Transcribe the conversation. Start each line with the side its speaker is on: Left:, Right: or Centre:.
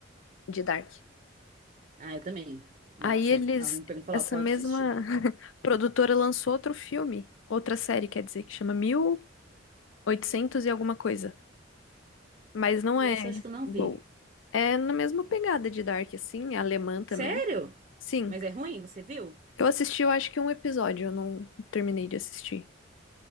Left: de Dark.
Right: Ah, eu também. Nossa,
Left: Aí eles,
Right: alguém pegou e falou,
Left: essa
Right: ó, pode
Left: mesma
Right: assistir.
Left: <laughs> produtora lançou outro filme, outra série, quer dizer, que chama Mil e Oitocentos e alguma coisa. Mas não
Right: Essa
Left: é
Right: eu acho que eu não
Left: boa.
Right: vi.
Left: É na mesma pegada de Dark, assim, alemã também.
Right: Sério?
Left: Sim,
Right: Mas é ruim? Você viu?
Left: eu assisti, eu acho que um episódio, eu não terminei de assistir.